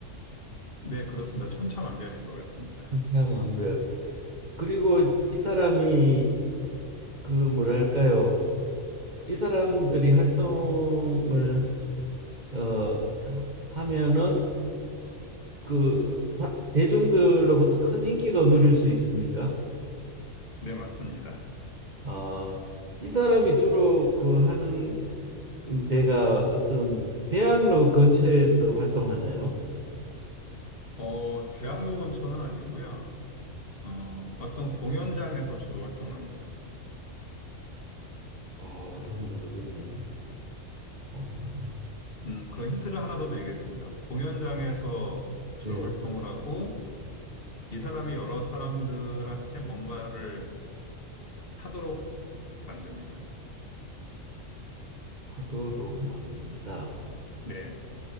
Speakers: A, on the left (about 50°); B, on the right (about 35°).
A: 네, 그렇습니다. 천차만별인 것 같습니다.
B: 한참한별. 그리고 이 사람이 그 뭐랄까요? 이 사람들이 활동을 어 하면은 그 사- 대중들로부터 큰 인기도 누릴 수 있습니까?
A: 네, 맞습니다.
B: 아, 이 사람이 주로 그 하는 데가 어떤 대학로 근처에서 활동하나요?
A: 어, 대학로 근처는 아니고요. 어, 어떤 공연장에서 주로 활동합니다.
B: 아, 더 모르겠네. 어,
A: 음, 그런 힌트를 하나 더 드리겠습니다. 공연장에서 주로
B: 예,
A: 활동을 하고 이 사람이 여러 사람들한테 뭔가를 하도록 만듭니다.
B: 하도록 만든다.
A: 네.